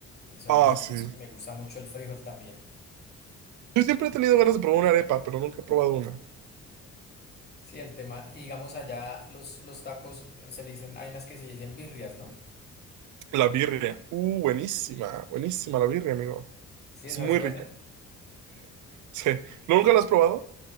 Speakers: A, on the left; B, on the right.
A: eso
B: Ah,
A: a mí, digamos
B: sí.
A: que me gusta mucho el frijol también.
B: Yo siempre he tenido ganas de probar una arepa, pero nunca he probado una.
A: Sí, el tema, y digamos allá los, los tacos eh, se le dicen, hay unas que se dicen birrias, ¿no?
B: La birria, uh, buenísima, buenísima la birria, amigo,
A: Sí,
B: es
A: esa
B: muy
A: es buena.
B: rica. Sí. ¿Nunca la has probado?